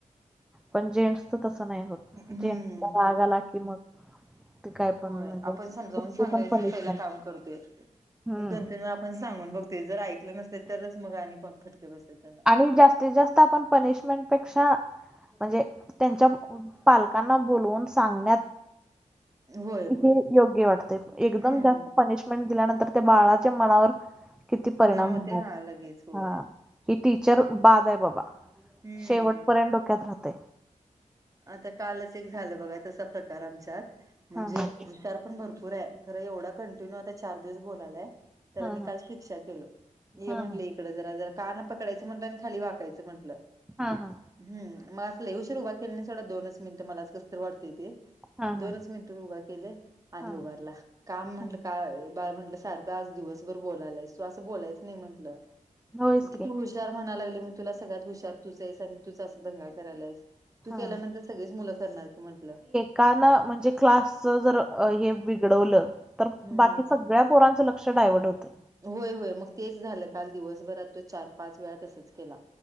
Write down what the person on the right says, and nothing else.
हम्म
होय
आपण समजावून
सांगायच
पहिला काम करतोय.
एक दोन तीन वेळा पण सांगून बघते जर ऐकलं नसते तरच मग आणि मग फटके बसत्यात त्यांना
होय होय
हम्म
होते
हा लगेच होय
हम्म
आता कालच एक झालं बघा तसा प्रकार आमच्यात म्हणजे
हुशार पण भरपूर हाय खरं एवढा कंटिन्यू आता चार दिवस बोलालाय. त्याला
मी काल शिक्षा केलो ये
म्हटलं
इकडं जरा जरा कान पकडायचं म्हटलं आणि खाली वाक म्हटलं.
हम्म, म असं लई उशिर उभा केल नाही सोडा दोनच मिनिटं कसततर वाटतंय ते
दोनच
मिनटं उभा केले आणि
उभारला काम म्हंटलं
का बाळ म्हटलं सारखं तु आता दिवसभर बोलालाईस तु असं बोलायचं नाही म्हटलं.
किती
हुश हुशार म्हणा लागली मी तुला सगळयांत हुशार तुच आहेस आणि तुच अस दंगा करालाईस. तू
केल्यानंतर सगळीच मुलं करणार की म्हटलं.
हम्म
होय, होय मग तेच झालं काल दिवसभरात तो चार पाच वेळा तसच केला.